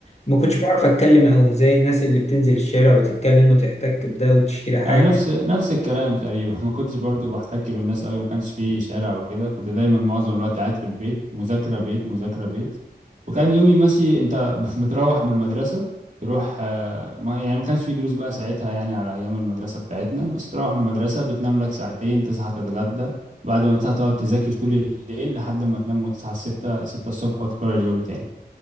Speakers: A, on the left; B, on the right.
A: ما كنتش بعرف اتكلم قوي زي الناس اللي بتنزل الشارع وتتكلم وتحتك بده وتشتري حاجه
B: انا نفس نفس الكلام تقريبا <laughs> ما كنتش برضو بحتك بالناس قوي ما كانش في شارع وكده كنت دايما معظم الوقت قاعد في البيت مذاكره بيت مذاكره بيت وكان يومي ماشي انت <laughs> بتروح من المدرسه تروح آه، ما يعني ما كانش في دروس بقى ساعتها يعني على ايام المدرسه بتاعتنا بس تروح المدرسه بتنام لك ساعتين تصحى تتغدى بعد ما تصحى تقعد تذاكر طول الليل لحد ما تنام وتصحى الستة ستة الصبح وتكرر اليوم تاني